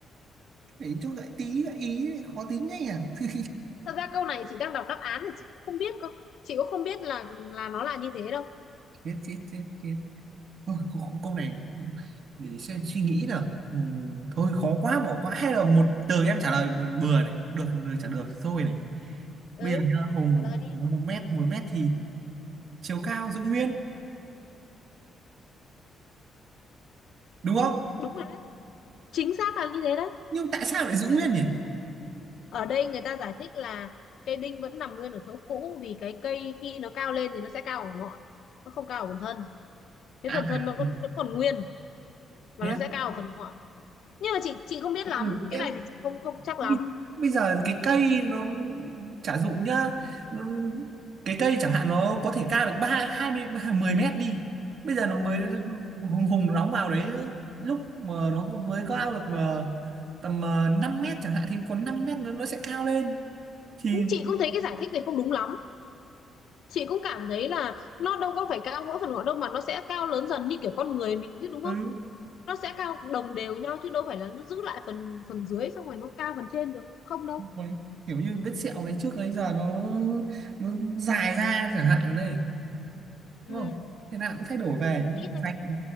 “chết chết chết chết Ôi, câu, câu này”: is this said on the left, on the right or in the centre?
Right